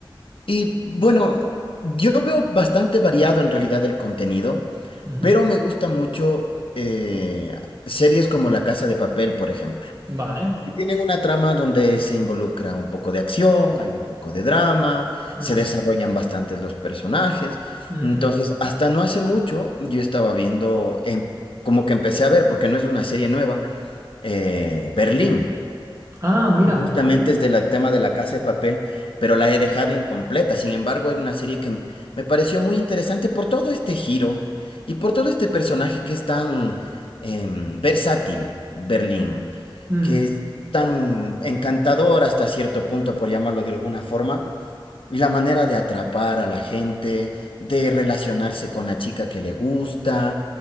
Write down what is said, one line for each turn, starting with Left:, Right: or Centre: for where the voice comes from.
Left: Y bueno, yo veo bastante variado en realidad el contenido.
Right: Ujú.
Left: Pero me gusta mucho eh, series como La Casa de Papel, por ejemplo,
Right: Vale.
Left: que tienen una trama donde se involucra un poco de acción, hay un poco de drama,
Right: Mm,
Left: se desarrollan bastantes los personajes.
Right: ujú.
Left: Entonces, hasta no hace mucho yo estaba viendo, em- como que empecé a ver, porque no es una serie nueva, eh, Berlín
Right: Ah, mira.
Left: que Justamente es del tema de la casa de papel, pero la he dejado incompleta. Sin embargo, era una serie que m- me pareció muy interesante por todo este giro y por todo este personaje que es tan em, versátil, Berlín,
Right: Mm,
Left: que es tan encantador hasta cierto punto, por llamarlo de alguna forma, y la manera de atrapar a la gente, de relacionarse con la chica que le gusta,